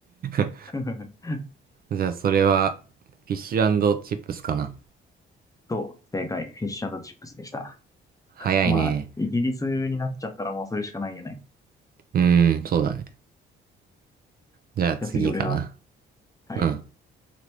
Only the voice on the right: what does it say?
ね
<laughs> じゃあそれはフィッシュチップスかな
早いね。
うーん、そうだね。じゃあ次かな。
うん。